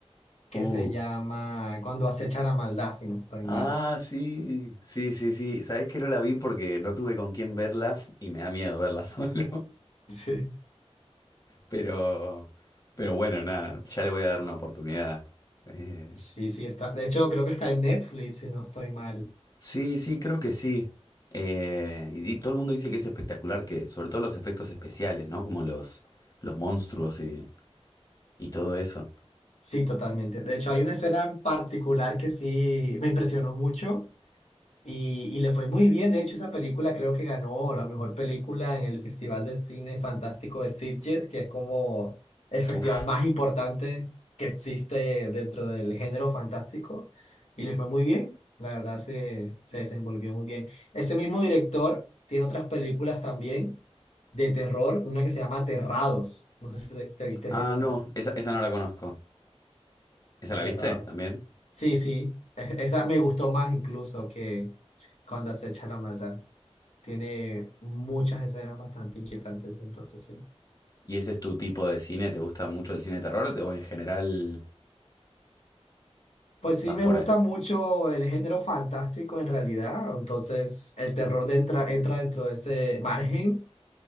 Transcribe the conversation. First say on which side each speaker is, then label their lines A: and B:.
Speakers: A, on the left (about 80°); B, on the left (about 35°).
A: que
B: Uh,
A: se llama Cuando acecha la maldad, si no estoy
B: ah,
A: mal.
B: sí, sí, sí, sí. Sabés que no la vi porque no tuve con quién verla y me da miedo verla <laughs> solo,
A: Sí.
B: pero, pero bueno, nada, ya le voy a dar una oportunidad. Eh,
A: Sí, sí, está. De hecho, creo que está en Netflix, si no estoy mal.
B: Sí, sí, creo que sí. Eh, y di- todo el mundo dice que es espectacular, que sobre todo los efectos especiales, ¿no? Como los, los monstruos y, y todo eso.
A: Sí, totalmente. De hecho, hay una escena en particular que sí me impresionó mucho. Y, y le fue muy bien, de hecho esa película creo que ganó la mejor película en el Festival de Cine Fantástico de Sitges, que es como el festival
B: Uf.
A: más importante que existe dentro del género fantástico. Y le fue muy bien, la verdad se, se desenvolvió muy bien. Ese mismo director tiene otras películas también de terror, una que se llama Aterrados, no sé si te, te viste
B: Ah,
A: esa,
B: no, esa, esa no la conozco. ¿Esa
A: Aterrados.
B: la viste también?
A: Sí, sí, e- esa me gustó más incluso que Cuando acecha la maldad. Tiene muchas escenas bastante inquietantes, entonces sí.
B: ¿Y ese es tu tipo de cine? ¿Te gusta mucho el cine de terror o te- o en general
A: Pues
B: vas
A: sí, me
B: por...
A: gusta
B: ahí?
A: mucho el género fantástico en realidad, entonces el terror de entra, entra dentro de ese margen,